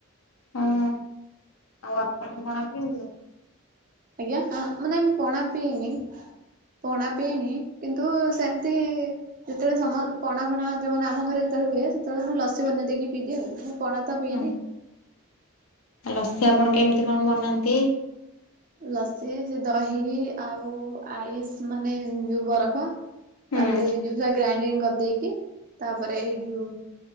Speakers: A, on the left; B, on the right.
A: ହଁ ଆଉ ଆପଣ ପଣା ପିଅନ୍ତି?
B: ଆଜ୍ଞା ହଁ ମାନେ ମୁଁ ପଣା ପିଏନି। ପଣା ପିଇନି କିନ୍ତୁ ସେମିତି ଯେତେବେଳେ ସମ ପଣା ଫଣା ଯୋଉ ମାନେ ଆମ ଘରେ ଯେତେବେଳେ ହୁଏ ସେତେବେଳେ ମୁଁ ଲସ ସି ବନେଇ ଦେଇକି ପିଇଦିଏ ଆଉ ମୁଁ ପଣା ତ ପିଏନି।
A: ହଁ ଲସି ଆପଣ କେମିତି କଣ ବନାନ୍ତି?
B: ଲସି ସେ ଦହି ଆଉ ଆଇସ ମାନେ ଯୋଉ ବରଫ
A: ହୁଁ
B: ତାପରେ ଯୋଉ ଯା ଗ୍ରାଇଣ୍ଡିଙ୍ଗ କରିଦେଇକି ତାପରେ ଏଇ ଯୋଉ